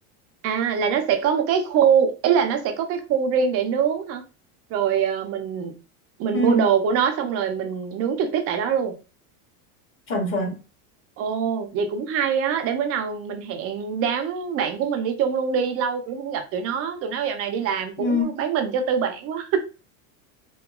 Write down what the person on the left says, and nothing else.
ừ,
chuẩn chuẩn
ừ.